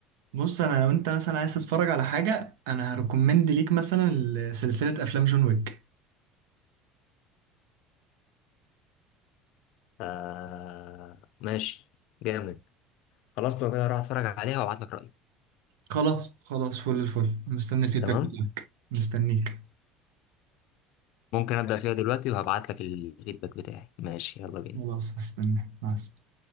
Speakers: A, on the right (about 85°); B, on the left (about 70°).
A: بص انا لو انت مثلا عايز تتفرج على حاجة انا هريكومند ليك مثلا سلسلة افلام جون ويك
B: آه ماشي جامد خلاص لو كده هروح اتفرج عليها وابعت لك رايي
A: خلاص خلاص فل الفل مستني الفيدباك
B: تمام
A: بتاعك مستنيك
B: ممكن ابدا فيها دلوقتي وهبعت لك الفيدباك بتاعي ماشي يلا بينا
A: خلاص هستنى مع السلامة